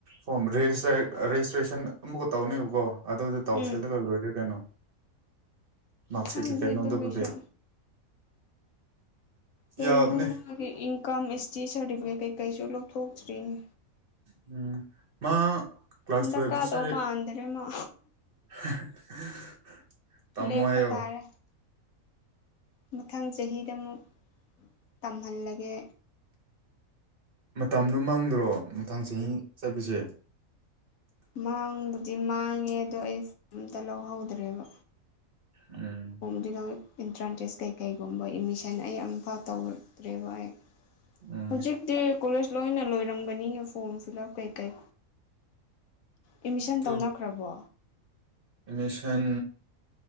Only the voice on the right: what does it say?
ꯐꯣꯝ ꯔꯦꯖꯤꯁꯇ꯭ꯔꯦꯁꯟ ꯑꯃꯨꯛꯀ ꯇꯧꯅꯦꯕꯀꯣ ꯑꯗꯨꯗ ꯇꯥꯎ
ꯁꯤꯜꯂꯒ ꯂꯣꯏꯔꯦ ꯀꯩꯅꯣ ꯃꯥꯔꯛꯁꯤꯠꯀꯤ
ꯀꯩꯅꯣꯗꯨꯕꯨꯗꯤ
ꯌꯥꯕꯅꯦ
ꯎꯝ ꯃꯥ ꯀ꯭ꯂꯥꯁ
ꯇꯨꯋꯦꯜꯕꯇꯁꯨ
<unintelligible> ꯇꯝꯃꯣ
ꯍꯥꯏꯌꯣ
ꯃꯇꯝꯗꯣ ꯃꯥꯡꯗ꯭ꯔꯣ ꯃꯊꯪ ꯆꯍꯤ ꯆꯠꯄꯁꯦ
ꯎꯝ
ꯎꯝ
ꯇꯨ
ꯑꯦꯠꯃꯤꯁꯟ